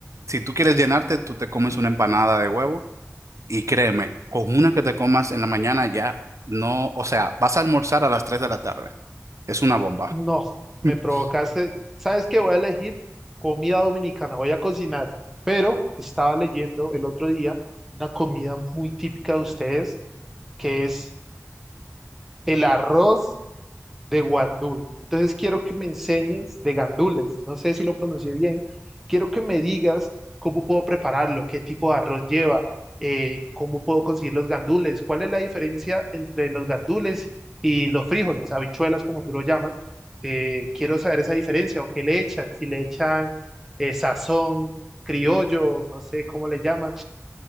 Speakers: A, on the right (about 65°); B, in the centre.
A: si tú quieres llenarte, tú te comes una empanada de huevo y créeme, con una que te comas en la mañana ya no, o sea, vas a almorzar a las 3 de la tarde. Es una bomba.
B: No, me
A: <laughs>
B: provocaste. ¿Sabes qué? Voy a elegir comida dominicana, voy a cocinar, pero estaba leyendo el otro día una comida muy típica de ustedes, que es el arroz de Guandul. Entonces quiero que me enseñes de gandules, no sé si lo pronuncié bien, quiero que me digas cómo puedo prepararlo, qué tipo de arroz lleva, eh, cómo puedo conseguir los gandules, cuál es la diferencia entre los gandules y los frijoles, habichuelas como tú lo llamas. Eh, quiero saber esa diferencia o qué le echan, si le echan eh, sazón, criollo, no sé cómo le llaman,